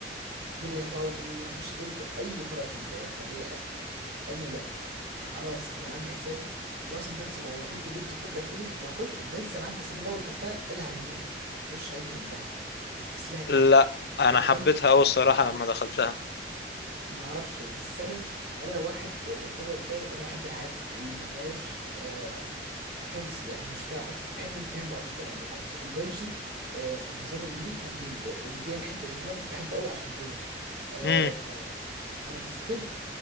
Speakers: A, on the right (about 60°); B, on the left (about 60°).
A: الدنيا تقعد تقول ان انا اخش طب اي فرع طبي علاج طبيعي انا لا خلاص انا عامل حسابي انا اصلا ده مثلا انا لو كنت جبت طب حكومي كنت هخش بس انا عامل حسابي ان لو دخلتها انا هرميها مش هاجي جنبها هفكس لها تمام
B: لا انا
A: يا دوبان
B: حبيتها قوي الصراحه لما دخلتها
A: ما اعرفش بس انا انا واحد آه، الطبع بتاعي انا بحب الحاجات اللي ما فيهاش آه، حفظ يعني مش فيها حفظ بحب الفهم اكتر عن الحفظ البيولوجي آه، في النظام الجديد كان بيم- بي- مديني الحته دي فانا كنت بحبه قوي عشان كده آه،
B: امم
A: آه، ففي طب